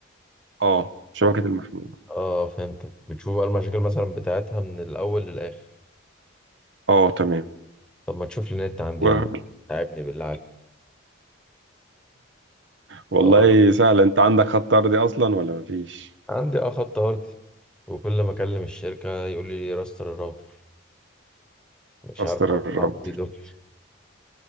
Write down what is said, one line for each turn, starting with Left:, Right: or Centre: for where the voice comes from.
Right: اه شبكة المحمول
Centre: اه فهمتك بتشوف بقى المشاكل مثلا بتاعتها من الاول للاخر
Right: اه تمام
Centre: طب ما تشوف لي النت عندي
Right: و-
Centre: يا عم تعبني بالله عليك
Right: والله
Centre: اه
Right: سهل انت عندك خط أرضي أصلا ولا مفيش؟
Centre: عندي اه خط ارضي وكل ما اكلم الشركه يقول لي راستر الراوتر مش
Right: استر
Centre: عارف
Right: الرب
Centre: اعمل ايه دول